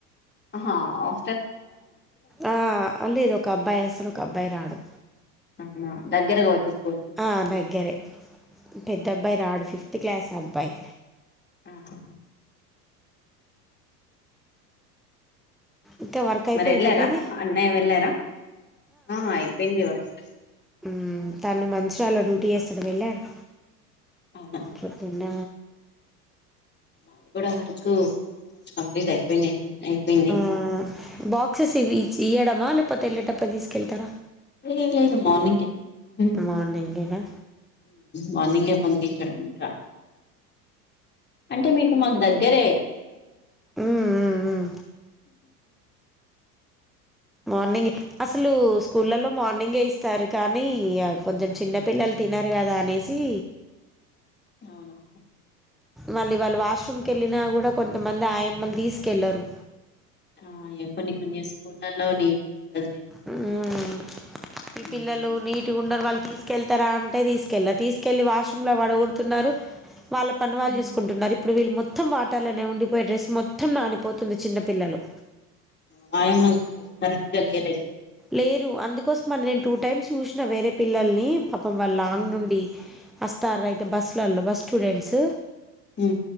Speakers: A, on the left; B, in the centre.
A: హా హా
B: ఆ అ లేదు ఒక అబ్బాయి వస్తాడు ఒక అబ్బాయి రాడు
A: అవునా దగ్గర కావచ్చు స్కూల్
B: ఆ దగ్గరే పెద్ద అబ్బాయి రాడు ఫిఫ్త్ క్లాస్ అబ్బా బాయ్
A: ఆహా
B: ఇంకా వర్క్ అయిపోయిందా
A: మరి వెళ్ళారా
B: మీది
A: అన్నయ్య వెళ్ళారా ఆ అయిపోయింది వర్క్
B: ఉమ్ తను మంచరాలో డ్యూటీ చేస్తాడు వెళ్ళాడు
A: అవునా
B: ప్రొద్దున్న
A: అది కూడా వర్కు కంప్లీట్ అయిపోయినాయి అయిపోయినాయి
B: ఆ బాక్సెస్ ఇవి ఇయ్యడమా లేకపోతే వెళ్లేటప్పుడు తీసుకెళ్తారా
A: లేదు లేదు మార్నింగే ఉమ్
B: మార్నింగేనా
A: మార్నింగే పంపించడం ఇంకా అంటే మీకు మాకు దగ్గరే
B: మ్మ్ మ్మ్ మ్మ్ మార్నింగ్ అసలు స్కూళ్ళలో మార్నింగ్ ఇస్తారు కానీ కొంచెం చిన్నపిల్లలు తినరు కదా అనేసి
A: అవునా
B: మళ్ళీ వాళ్ళు వాష్రూమ్కు వెళ్ళినా కూడా కొంతమంది ఆయమ్మలు తీసుకెళ్లరు
A: ఆ కొన్ని కొన్ని స్కూల్ లలో నీటీగ ఉండదులేండి
B: ఉమ్ ఈ
A: ఉమ్
B: పిల్లలు నీటిగా ఉండరు వాళ్ళ తీసుకెళ్తారా అంటే తీసుకెళ్ళా తీసుకెళ్ళి వాష్రూమ్ లో పడగొడుతున్నారు వాళ్ళ పని వాళ్ళు
A: ఉమ్.
B: చూసుకుంటున్నారు ఇప్పుడు వీళ్ళు మొత్తం వాటర్ లనే ఉండిపోయి డ్రెస్ మొత్తం నానిపోతుంది చిన్న పిల్లలు
A: మాయమ్మనే కరెక్ట్ గా లేదయితే
B: లేరు అందుకోసం మనే నేను టూ టైమ్స్ చూసినా వేరే పిల్లల్ని పాపం వాళ్ళు లాంగ్
A: ఉమ్
B: నుండి వస్తారు అయితే బస్సులల్లో బస్ స్టూడెంట్స్
A: హు